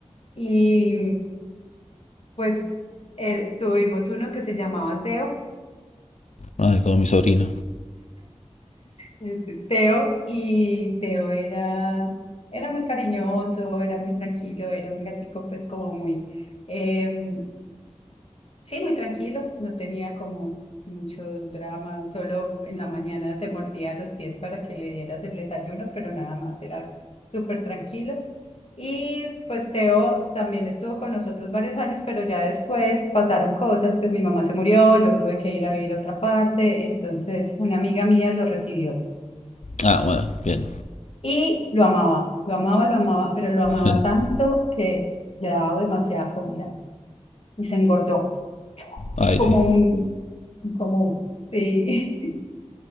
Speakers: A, on the left (about 55°); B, on the left (about 85°).
A: Y Pues eh, tuvimos uno que se llamaba Teo,
B: Ay, como mi sobrino.
A: este, Teo, y Teo era, era muy cariñoso, era muy tranquilo, era un gatico pues como muy, em, Sí, muy tranquilo, no tenía como mucho drama, solo en la mañana te mordía los pies para que le dieras el desayuno, pero nada más era súper tranquilo. Y pues Teo también estuvo con nosotros varios años, pero ya después pasaron cosas, pues mi mamá se murió, yo tuve que ir a vivir a otra parte, entonces una amiga mía lo recibió
B: Ah, bueno, bien.
A: y lo amaba, lo amaba, lo amaba, pero lo amaba
B: <laughs>
A: tanto que le daba demasiada comida y se engordó.
B: Ay,
A: como
B: sí.
A: un, como, sí, <laughs>